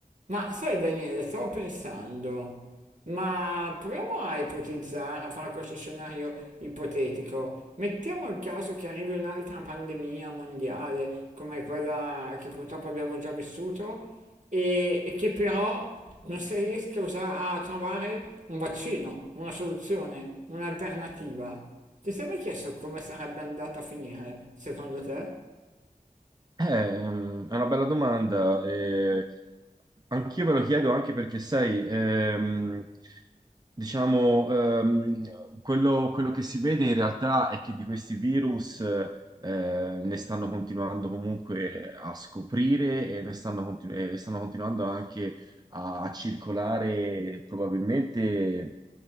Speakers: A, on the right; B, on the right.
A: Ma sai Daniele, stavo pensando, ma proviamo a ipotizzare, a fare questo scenario ipotetico. Mettiamo il caso che arrivi un'altra pandemia mondiale come quella che purtroppo abbiamo già vissuto e, e che però non si riesca a usa- a trovare un vaccino, una soluzione, un'alternativa. Ti sei mai chiesto come sarebbe andata a finire, secondo te?
B: Eh, Ehm, è una bella domanda. eh, anch'io me lo chiedo anche perché, sai, ehm, diciamo, ehm, quello, quello che si vede in realtà è che di questi virus eh, ne stanno continuando comunque a scoprire e ne stanno, continu- e stanno continuando anche a, a circolare probabilmente